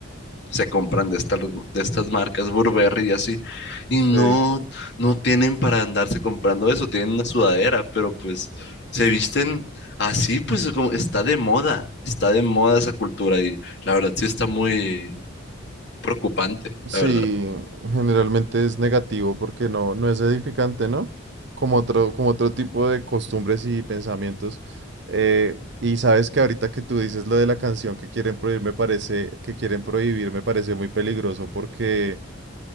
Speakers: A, on the left; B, on the right.
A: se compran de estas, de estas marcas Burberry y así, y
B: Sí.
A: no, no tienen para andarse comprando eso, tienen una sudadera, pero pues se visten así, pues como está de moda, está de moda esa cultura y la verdad sí está muy preocupante, la
B: Sí,
A: verdad.
B: generalmente es negativo porque no, no es edificante, ¿no? Como otro, como otro tipo de costumbres y pensamientos. Eh, y sabes que ahorita que tú dices lo de la canción que quieren prohibir, me parece, que quieren prohibir, me parece muy peligroso porque,